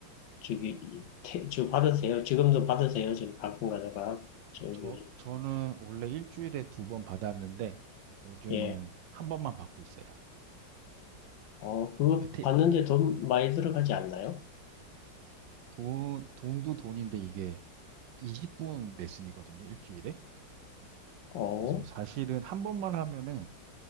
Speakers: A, on the left (about 85°); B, on the right (about 80°).
A: 저기, 태, 저 받으세요? 지금도 받으세요? 지금 가끔 가다가. 저기,
B: 저, 저는 원래 일주일에 두 번 받았는데 요즘은
A: 예.
B: 한 번만 받고 있어요.
A: 어, 그거
B: 그 테,
A: 받는데 돈 많이 들어가지 않나요?
B: 돈, 돈도 돈인데 이게 20분 레슨이거든요, 일주일에.
A: 어,
B: 그래서 사실은 한 번만 하면은